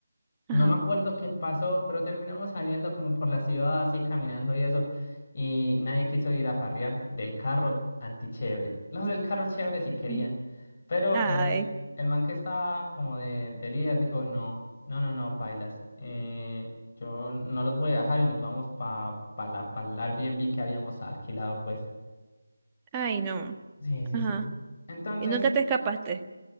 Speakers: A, on the right; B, on the left.
A: Ajá.
B: No me acuerdo qué pasó, pero terminamos saliendo como por la ciudad, así caminando y eso. Y nadie quiso ir a farrear del carro antichévere. Los del carro chévere sí querían.
A: Sí.
B: Pero
A: Ay.
B: eh, el man que estaba como de, de líder dijo, no, no, no, no, pailas. eh, yo no los voy a dejar y nos vamos para pa pa la, pa el Airbnb que habíamos alquilado, pues.
A: Ay, no.
B: Sí, sí,
A: Ajá.
B: sí. Entonces...
A: Y nunca te escapaste.